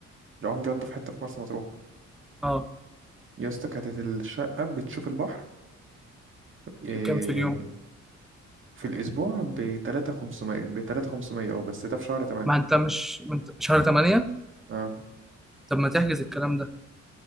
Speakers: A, on the right (about 40°); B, in the centre.
A: العوام دي عنده في حته في مرسى مطروح
B: اه
A: يا اسطى كانت الشقه بتشوف البحر آه،
B: بكام في اليوم
A: في الاسبوع ب 3500 ب 3500 اه بس ده في شهر 8
B: ما انت مش ما انت شهر 8
A: اه
B: طب ما تحجز الكلام ده